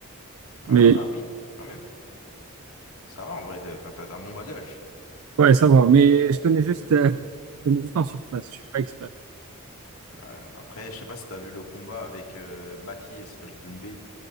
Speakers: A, on the left; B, on the right.
A: Voilà,
B: Mais
A: ah oui, quand même. Ça va en vrai, t'as t'as- t'as un bon bagage.
B: ouais, ça va. Mais je connais juste, euh, je connais juste en surface. Je suis pas expert.
A: Euh, après, je sais pas si t'as vu le combat avec euh, Baki et Cédric Doumbé.